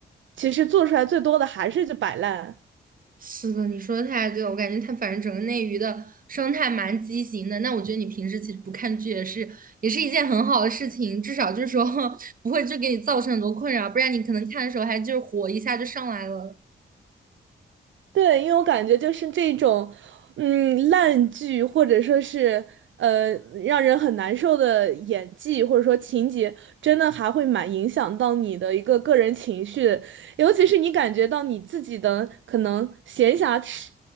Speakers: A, on the right; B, on the right.
A: 其实做出来最多的还是就摆烂。
B: 是的，你说的太对了，我感觉它反正整个内娱的生态蛮畸形的。那我觉得你平时其实不看剧也是也是一件很好的事情，至少就是说 <laughs> 不会就给你造成很多困扰，不然你可能看的时候还就是火一下就上来了。
A: 对，因为我感觉就是这种，嗯，烂剧或者说是呃让人很难受的演技，或者说情节，真的还会蛮影响到你的一个个人情绪的尤其是你感觉到你自己的可能闲暇时，